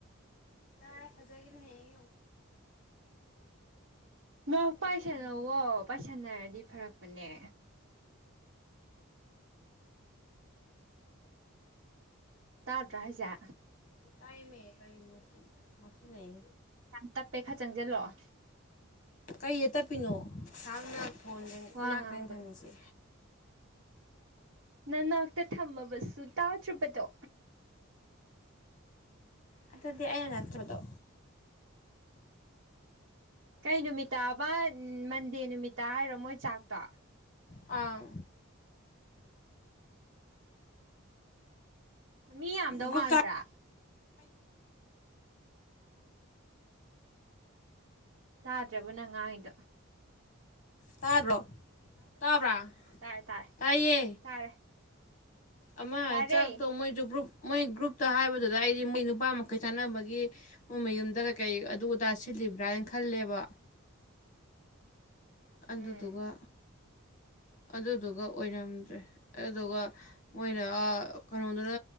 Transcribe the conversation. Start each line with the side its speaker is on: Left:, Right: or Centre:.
Left: ꯑ ꯐꯖꯒꯤꯅ ꯍꯥꯏ
Right: ꯅ ꯄꯥꯏꯁꯟꯅꯧꯋꯣ
Left: ꯁꯨꯃꯥꯏꯅ ꯈꯟꯗꯣꯛꯑꯦ
Right: ꯄꯥꯏꯁꯟꯅꯔꯗꯤ ꯐꯔꯛꯄꯅꯦ ꯇꯥꯗꯔꯥ ꯍꯥꯏꯁꯦ
Left: ꯀꯥꯏꯃꯦ ꯀꯥꯏ ꯃꯁꯤ ꯃꯁꯤꯟ
Right: ꯌꯥꯝ ꯇꯞꯄꯦ ꯈꯔ ꯆꯪꯁꯤꯜꯂꯛꯑꯣ
Left: ꯀꯩꯗ ꯇꯞꯄꯤꯅꯣ ꯁꯥꯝꯅ ꯌꯥꯗꯔꯦ ꯐꯣꯟꯁꯦ
Right: ꯋꯥ
Left: ꯏꯅꯥꯛ
Right: ꯉꯥꯡꯕꯗꯣ
Left: ꯇꯥꯅꯦ ꯊꯝꯃꯤꯁꯦ
Right: ꯅꯅꯥꯛꯇ ꯊꯝꯃꯕꯁꯨ ꯇꯥꯗꯔ꯭ꯕꯗꯣ
Left: ꯑꯗꯨꯗꯤ ꯑꯅꯥ ꯅꯠꯇ꯭ꯔꯕꯗꯣ
Right: ꯀꯩ ꯅꯨꯃꯤꯠꯇꯕ ꯃꯟꯗꯦ ꯅꯨꯃꯤꯠꯇ ꯍꯥꯏꯔꯣ ꯃꯣꯏ ꯆꯥꯛꯇꯣ
Left: ꯑꯪ
Right: ꯎꯝ ꯃꯤ ꯌꯥꯝꯗꯧ
Left: ꯒ꯭ꯔꯨꯞꯇ
Right: ꯃꯥꯟꯕ꯭ꯔꯥ ꯇꯥꯗꯔ꯭ꯦꯕꯣ ꯅꯪ ꯉꯥꯥꯡꯂꯤꯗꯣ
Left: ꯇꯥꯕ꯭ꯔꯣ ꯇꯥꯕ꯭ꯔꯥ
Right: ꯇꯥꯔꯦ ꯇꯥꯔꯦ
Left: ꯇꯥꯏꯌꯦ
Right: ꯇꯥꯔꯦ
Left: ꯑꯃ
Right: ꯇꯥꯔꯦ
Left: ꯆꯥꯛꯇꯣ ꯃꯣꯏꯁꯨ ꯒ꯭ꯔꯨꯞ ꯃꯣꯏ ꯒ꯭ꯔꯨꯞꯇ ꯍꯥꯏꯕꯗꯨꯗ ꯑꯩꯗꯤ ꯃꯣꯏ ꯅꯨꯄꯥ ꯃꯈꯩ ꯆꯥꯟꯅꯕꯒꯤ ꯃꯣꯏ ꯃꯌꯨꯝꯗ ꯀꯩ ꯀꯩ ꯑꯗꯨ ꯑꯗꯥ ꯁꯤꯜꯂꯤ ꯕ꯭ꯔꯥ ꯍꯥꯏꯅ ꯈꯜꯂꯦꯕ ꯑꯗꯨꯗꯨꯒ
Right: ꯎꯝ
Left: ꯑꯗꯨꯗꯨꯒ ꯑꯣꯏꯔꯝꯗ꯭ꯔꯦ ꯑꯗꯨꯒ ꯃꯣꯏꯅ ꯀꯩꯅꯣꯗꯨꯅ